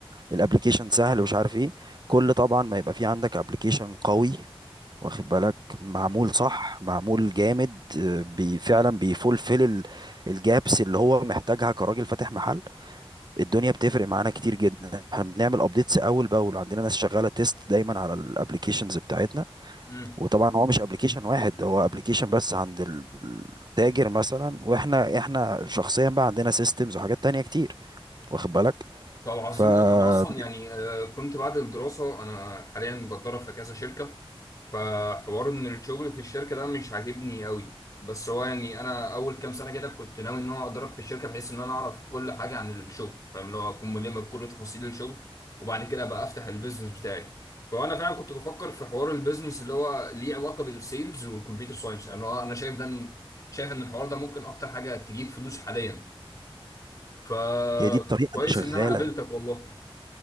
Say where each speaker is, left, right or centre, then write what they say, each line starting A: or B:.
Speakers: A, on the right; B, on the left.
A: الابليكيشن سهل ومش عارف ايه كل طبعا ما يبقى في عندك ابليكيشن قوي واخد بالك معمول صح معمول جامد آه، بي فعلا بيفولفل الجابس اللي هو محتاجها كراجل فاتح محل الدنيا بتفرق معانا كتير جدا احنا بنعمل ابديتس اول باول عندنا ناس شغاله تيست دايما على الابليكيشنز بتاعتنا
B: امم
A: وطبعا هو مش ابليكيشن واحد هو ابليكيشن بس عند التاجر مثلا واحنا احنا شخصيا بقى عندنا سيستمز وحاجات تانية كتير واخد بالك
B: طب عظيم
A: فهي
B: موت انا اصلا يعني آه، كنت بعد الدراسه انا حاليا بتدرب في كذا شركه فحوار ان الشغل في الشركه ده مش عاجبني قوي بس هو يعني انا اول كام سنه كده كنت ناوي ان انا اتدرب في الشركه بحيث ان انا اعرف كل حاجه عن الشغل فاهم اللي هو اكون ملم بكل تفاصيل الشغل وبعد كده ابقى افتح البيزنس بتاعي فانا فعلا كنت بفكر في حوار البيزنس اللي هو ليه علاقه بالسيلز والكمبيوتر ساينس يعني هو انا شايف ده إن- شايف ان الحوار ده ممكن اكتر حاجه تجيب فلوس حاليا فكويس
A: دي الطريقه اللي شغاله
B: ان انا قابلتك والله